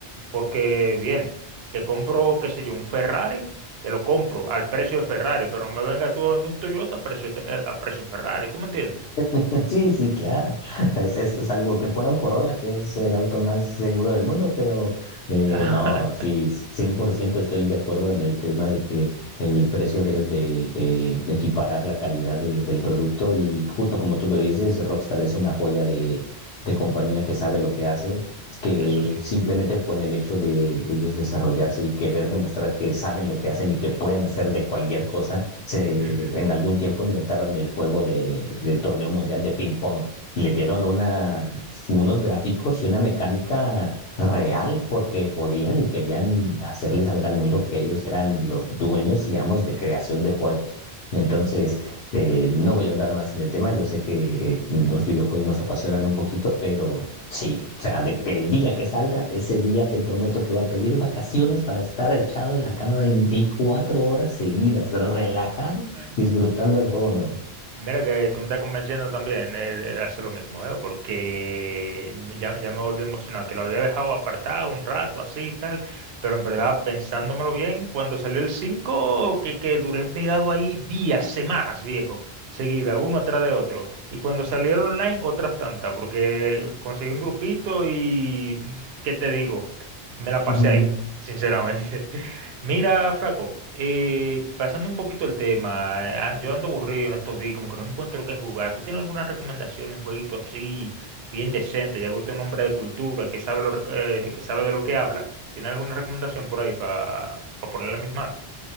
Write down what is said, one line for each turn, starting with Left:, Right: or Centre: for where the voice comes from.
Right: Porque, bien, te compro, qué sé yo, un Ferrari, te lo compro al precio de Ferrari, pero no me venga tú a vender un Toyota a precio, te- eh, a precio Ferrari, ¿tú me entiendes?
Left: <laughs> Sí, sí, claro. Es, es, es algo que fuera un Corolla, que es el auto más seguro del mundo, pero eh,
Right: Ajá.
Left: no, sí, 100% estoy de acuerdo en el tema de que el precio
Right: <laughs> Ujú,
Left: debe de eh, equiparar la calidad de- del producto y justo como tú lo dices, Rockstar es una joya de, de compañía que sabe lo que hace, que
Right: Eso sí.
Left: simplemente con el hecho de ellos desarrollarse y querer demostrar que saben lo que hacen y que pueden hacer de cualquier cosa se,
Right: Ujú,
Left: en algún tiempo inventaron el juego de, del torneo mundial de ping pong y le dieron una, unos gráficos y una mecánica real porque podían y querían hacerle saber al mundo que ellos eran los dueños y amos de creación de juegos. Entonces, eh, no voy a andar más en el tema, yo sé que eh, los
Right: ujú,
Left: videojuegos nos apasionan un poquito, pero Sí, o sea, de que el día
Right: sí,
Left: que salga, ese día te prometo que voy a pedir vacaciones para estar echado en la cama 24 horas seguidas, relajado,
Right: sí. <laughs>
Left: disfrutando del juego nuevo.
Right: Mira que tú me estás convenciendo también eh, de hacer lo mismo, ¿eh? Porque me- ya, ya me volví emocionado, que lo había dejado apartado un rato, así y tal, pero en verdad, pensándomelo bien, cuando salió el 5 que, que duré pegado ahí días, semanas, viejo, seguida, uno atrás de otro. Y cuando salió el online, otras tantas, porque conseguí un grupito y, ¿qué te digo? Me la
Left: <laughs>
Right: pasé ahí, sinceramente. <laughs> Mira, flaco, eh, pasando un poquito el tema, eh, ah, yo ando aburrido en estos días, como que no encuentro qué jugar. ¿Tú tienes alguna recomendación, un jueguito así, bien decente, ya que usted es un hombre de cultura, que sabe, lo, rec- eh, que sabe de lo que habla? ¿Tiene alguna recomendación por ahí para ponerle a mis manos?